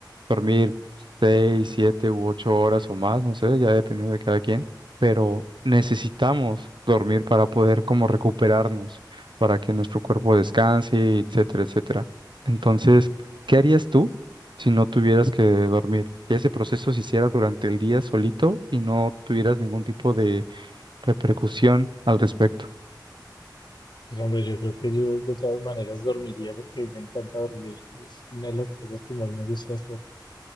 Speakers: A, on the right; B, on the left.
A: dormir seis, siete u ocho horas o más, no sé, ya dependiendo de cada quien, pero necesitamos dormir para poder como recuperarnos, para que nuestro cuerpo descanse, etcétera, etcétera. Entonces, ¿qué harías tú si no tuvieras que dormir? que ese proceso se hiciera durante el día solito y no tuvieras ningún tipo de repercusión al respecto.
B: Pero, hombre, yo creo que yo de todas maneras dormiría porque me encanta dormir. Es una de las cosas que más me gusta hacer.